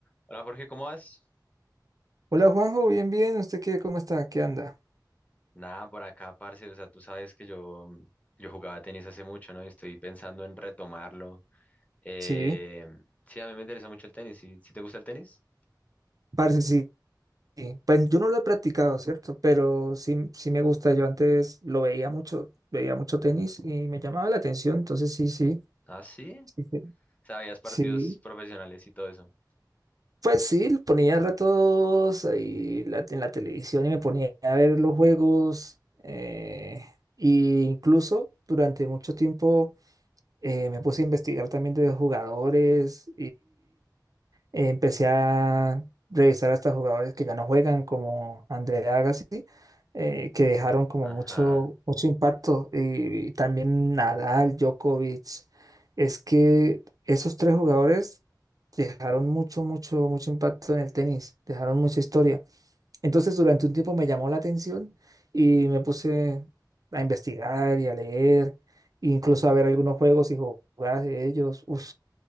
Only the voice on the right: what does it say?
Hola Juanjo, bien, bien. ¿Usted qué, cómo está? ¿Qué anda?
Sí.
Parce, sí, sí. Pues yo no lo he practicado, ¿cierto? Pero sí, sí me gusta. Yo antes lo veía mucho, veía mucho tenis y me llamaba la atención. Entonces sí, sí.
Sí. sí.
Sí.
Pues sí, ponía ratos ahí la- en la televisión y me ponía a ver los juegos. eh, y incluso durante mucho tiempo eh, me puse a investigar también de los jugadores Eh, empecé a revisar hasta jugadores que ya no juegan, como Andrea Agassi, eh, que dejaron como mucho,
mucho impacto. Y, también Nadal, Djokovic. Es que esos tres jugadores dejaron mucho, mucho, mucho impacto en el tenis, dejaron mucha historia. Entonces, durante un tiempo me llamó la atención y me puse a investigar y a leer, e incluso a ver algunos juegos y jugadas de ellos. Uf,